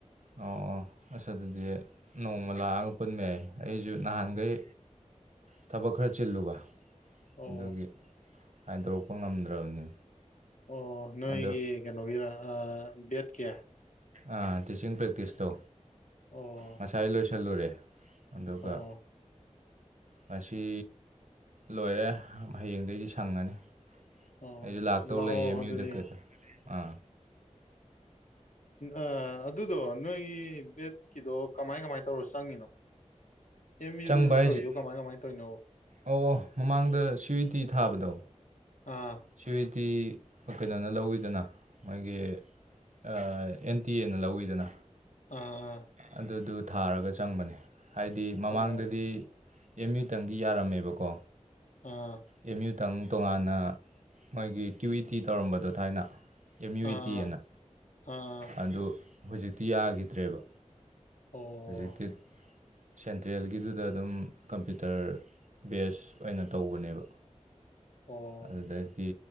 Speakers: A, on the right; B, on the left.
A: ꯑꯣ ꯑꯣ ꯑꯁ ꯑꯗꯨꯗꯤ ꯅꯣꯡꯃ ꯂꯥꯛꯑꯒ ꯄꯨꯟꯕ ꯌꯥꯏ ꯑꯩꯁꯨ ꯅꯍꯥꯟꯈꯩ ꯊꯕꯛ ꯈꯔ ꯆꯤꯜꯂꯨꯕ
B: ꯑꯣ
A: ꯑꯗꯨꯒꯤ ꯍꯥꯏꯗꯣꯔꯛꯄ ꯉꯝꯗ꯭ꯔꯕꯅꯤ
B: ꯑꯣ ꯅꯣꯏꯒꯤ
A: ꯑꯗꯣ
B: ꯀꯩꯅꯣꯒꯤꯔ ꯕꯦꯠ ꯀꯤ
A: ꯑ ꯇꯤꯆꯤꯡ ꯄ꯭ꯔꯦꯛꯇꯤꯁ ꯇꯣ
B: ꯑꯣ
A: ꯉꯁꯥꯏ ꯂꯣꯏꯁꯤꯜꯂꯨꯔꯦ ꯑꯗꯨꯒ
B: ꯑꯣ
A: ꯉꯁꯤ ꯂꯣꯏꯔꯦ ꯍꯌꯦꯡꯗꯗꯩꯗꯤ ꯁꯪꯉꯅꯤ꯫
B: ꯑꯣ
A: ꯑꯩꯖꯨ ꯂꯥꯛꯇꯧ
B: ꯂꯥꯛꯑꯣ
A: ꯂꯩꯌꯦ ꯑꯦꯝ
B: ꯑꯗꯨꯗꯤ
A: ꯌꯨꯗ ꯀꯠ ꯑꯥ
B: ꯑ ꯑꯗꯨꯗꯣ ꯅꯣꯏꯒꯤ ꯕꯦꯠꯀꯤꯗꯣ ꯀꯃꯥꯏ ꯀꯃꯥꯏꯅ ꯇꯧꯔ ꯆꯪꯉꯤꯅꯣ ꯑꯦꯝ ꯌꯨꯗꯨ
A: ꯆꯪꯕ ꯍꯥꯏꯁꯦ
B: ꯇꯧꯋꯤꯗꯣ ꯀꯃꯥꯏ ꯀꯃꯥꯏ ꯇꯧꯔꯤꯅꯣꯕ
A: ꯑꯣ ꯃꯃꯥꯡꯗ ꯁ꯭ꯋꯤ ꯇꯤ ꯊꯥꯕꯗꯣ
B: ꯑꯥ
A: ꯁꯤꯚ ꯇꯤ ꯀꯩꯅꯣꯅ ꯂꯧꯋꯤꯗꯅ ꯃꯣꯏꯒꯤ ꯑ ꯑꯦꯟ ꯇꯤ ꯑꯦꯅ ꯂꯧꯋꯤꯗꯅ
B: ꯑꯣ
A: ꯑꯗꯨꯗꯨ ꯊꯥꯔꯒ ꯆꯪꯕꯅꯦ ꯍꯥꯏꯗꯤ ꯃꯃꯥꯡꯗꯗꯤ
B: ꯑꯣ
A: ꯑꯦꯝ ꯌꯨꯇꯪꯒꯤ ꯌꯥꯔꯝꯃꯦꯕꯀꯣ
B: ꯑꯣ
A: ꯑꯦꯝ ꯌꯨꯇꯪ ꯇꯣꯉꯥꯟꯅ ꯃꯣꯏꯒꯤ ꯀ꯭ꯌꯨ ꯏ ꯇꯤ ꯇꯧꯔꯝꯕꯗꯣ ꯊꯥꯏꯅ ꯑꯦꯝ ꯌꯨ
B: ꯑꯥ
A: ꯏ ꯇꯤ ꯑꯅ
B: ꯑꯥ
A: ꯑꯗꯨ ꯍꯧꯖꯤꯛꯇꯤ ꯌꯥꯈꯤꯗ꯭ꯔꯦꯕ
B: ꯑꯣ
A: ꯍꯧꯖꯤꯛꯇꯤ ꯁꯦꯟꯇ꯭ꯔꯦꯜꯒꯤꯗꯨꯗ ꯑꯗꯨꯝ ꯀꯝꯄ꯭ꯌꯨꯇꯔ ꯕꯦꯁ ꯑꯣꯏꯅ ꯇꯧꯕꯅꯦꯕ
B: ꯑꯣ
A: ꯑꯗꯨꯗꯒꯤ